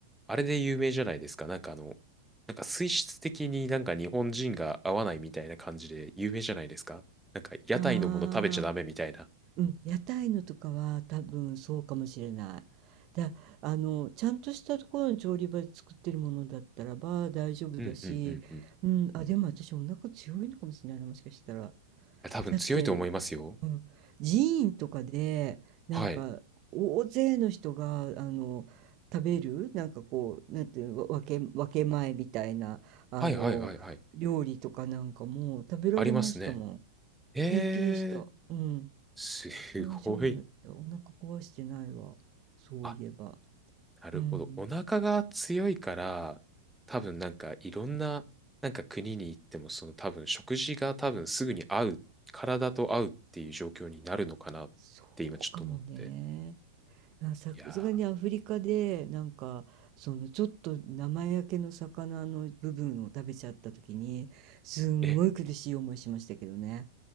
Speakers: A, in the centre; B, on the right.
A: あれで有名じゃないですか。なんかあの、なんか水質的になんか日本人が合わないみたいな感じで有名じゃないですか。なんか屋台のもの食べちゃダメみたいな。
B: ああ、うん、屋台のとかは多分そうかもしれない。だ、あの、ちゃんとしたところの調理場で作ってるものだったらば大丈夫だし、
A: うんうんうんうん。い
B: うん、あ、でも私お腹強いのかもしれないな、もしかしたら。
A: や多分強いと思いますよ。
B: だって、うん、寺院とかでなんか大勢の人があの食べるなんかこうなんていうのわ分け、
A: はい。
B: 分け前みたいなあの料理とかなんかも食べられましたもん
A: はいはいはいはい。ありますね。えー、
B: 平気でした、うん、
A: す
B: 大丈夫だったお腹壊してないわそういえば、
A: ごい。あなるほど。
B: うん、
A: お腹が強いから、多分なんかいろんな、なんか国に行っても、その多分食事が多分すぐに合う、体と合うっていう状況になるのかなって今ちょっと思って。
B: そうかもねあささすがにアフリカでなんかそのちょっと生焼けの魚の部分を食べちゃった時にすんごい苦しい思いしましたけどね
A: いやー、え、